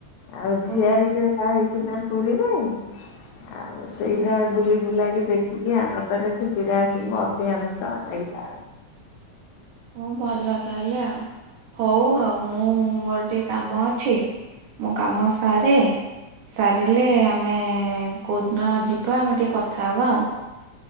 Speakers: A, on the left (about 80°); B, on the right (about 80°).
A: ଆଉ ଝିଆରୀଟେ
B: ଓହୋ
A: ବାହା ହେଇଚି ନା ପୁରୀରେ। ଆଉ ସେଇଟା ବୁଲି ବୁଲାକି ଦେଖିକି ଆନନ୍ଦରେ ଖୁସିରେ ଆସିଲୁ ଅତି ଆନନ୍ଦ ଲାଗିଲା ଆଉ।
B: ହଁ ଭଲ ତାହେଲେ ଆଉ ହଉ ଆଉ ମୁଁ ଟିକେ କାମ ଅଛି ମୁଁ କାମ ସାରେ ସାରିଲେ ଆମେ କଉଦିନ ଯିବା ଆମେ ଟିକେ କଥା ହେବା ଆଉ।